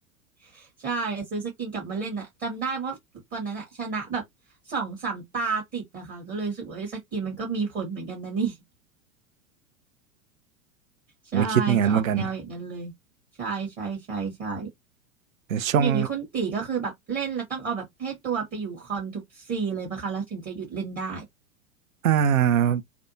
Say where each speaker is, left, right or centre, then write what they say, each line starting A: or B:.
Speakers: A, on the right (about 20°); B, on the right (about 65°).
A: <laughs> ใช่ซื้อสกินกลับมาเล่นอะจำได้ว่าวันนั้นอะชนะแบบสองสามตาติดอะค่ะก็เลยรู้สึกว่าเอ้ยสกินมันก็มีผลเหมือนกันนะนี่ <laughs>
B: ผมก็คิดในงานเหมือนกัน
A: ใช่จะออกแนวอย่างนั้นเลยใช่ใช่ใช่ใช่
B: แต่ช่วง
A: อย่างนี้คุณตีก็คือแบบเล่นแล้วต้องเอาแบบให้ตัวไปอยู่คอนทุกซีเลยปะคะแล้วถึงจะหยุดเล่นได้
B: อ่า